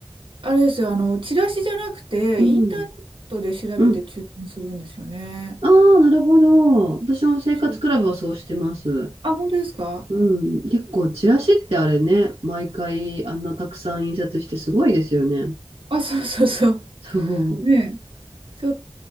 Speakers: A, on the right; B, on the right.
A: あれですよ、あの、チラシじゃなくて、
B: うん。
A: インターネットで調べて注文するんですよね。
B: うん。ああ、なるほど。私も生活クラブはそうしてます。
A: そう。あ、本当ですか
B: うん、結構、チラシってあれね、毎回あんなたくさん印刷してすごいですよね。
A: あ、そうそうそう。
B: そ
A: ねえ。ちょっ